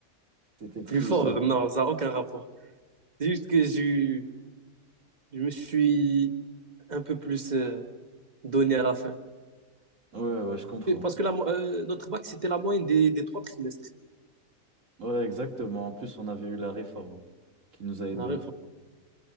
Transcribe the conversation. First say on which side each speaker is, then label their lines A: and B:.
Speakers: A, on the right; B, on the right.
A: t'étais plus.
B: Plus fort,
A: euh,
B: euh, non, ça n'a aucun rapport. C'est juste que j'ai eu- je me suis un peu plus euh, donné à la fin.
A: Ouais, ouais, je comprends.
B: Et Parce que la mo- euh, notre bac, c'était la moyenne des, des trois trimestres.
A: Ouais, exactement. En plus, on avait eu la réforme qui nous a aidés.
B: Naref,